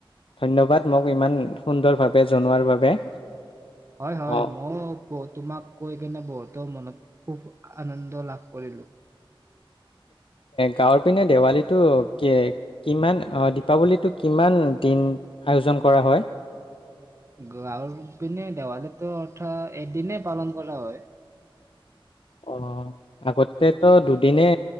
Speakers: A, on the left (about 70°); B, on the right (about 30°).
A: ধন্যবাদ
B: অ
A: মোক ইমান সুন্দৰভাৱে জনোৱাৰ বাবে
B: হয়-হয়
A: অ',
B: মই ব তোমাক কৈ কেনে বহুতো মনত খুব আনন্দ লাভ কৰিলো।
A: গাঁৱৰ পিনে দেৱালীটো কিমান দীপাৱলীটো কিমান দিন আয়োজন কৰা হয়।
B: গাঁৱৰ দিনে দেৱালীটো অৰ্থা এদিনেই পালন কৰা হয়।
A: অ আগতেতো দুদিনে